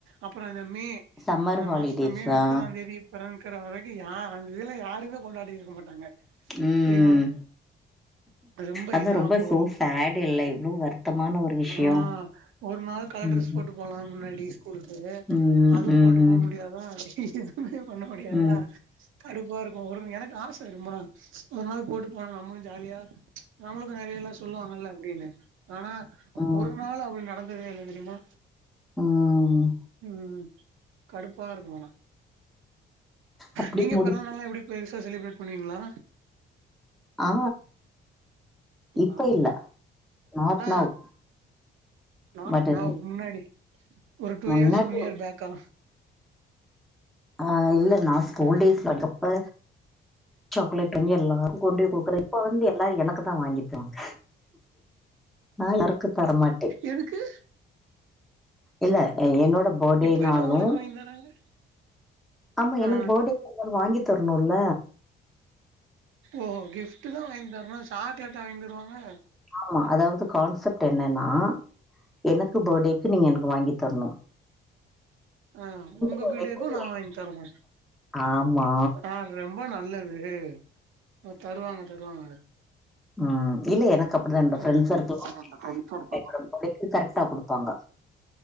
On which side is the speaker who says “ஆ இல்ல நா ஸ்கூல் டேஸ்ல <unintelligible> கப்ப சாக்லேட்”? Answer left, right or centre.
Centre